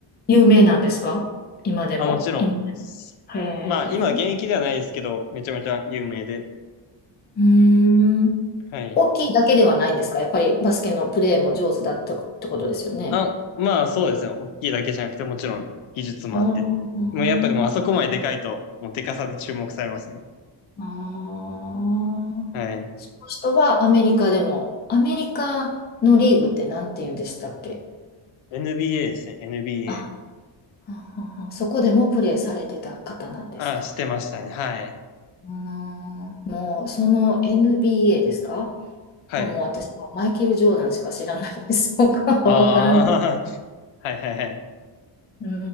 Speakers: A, on the left (about 25°); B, on the left (about 85°).
A: 有名なんですか今でも。
B: あ、もちろん。
A: 今でも。へえ。
B: まあ、今現役ではないですけど、めちゃめちゃ有名で。
A: うーん。
B: はい。
A: 大きいだけではないんですかやっぱりバスケのプレーも上手だったってことですよね。
B: あ、まあそうですね。大きいだけじゃなくて、もちろん技術もあって。
A: あー
B: もうやっぱでもあそこまででかいと、もうでかさで注目されますね。
A: あー。
B: はい。
A: その人はアメリカでも、アメリカのリーグって何て言うんでしたっけ
B: NBA ですね。NBA。
A: あ、はははそこでもプレーされてた方なんですか
B: あ、してましたね。はい。
A: うーんもうその NBA ですか
B: はい。
A: まあもう私はマイケル・ジョーダンしか知らないです。<laughs> 僕はわからない。
B: ああ、<laughs> はいはいはい。
A: うー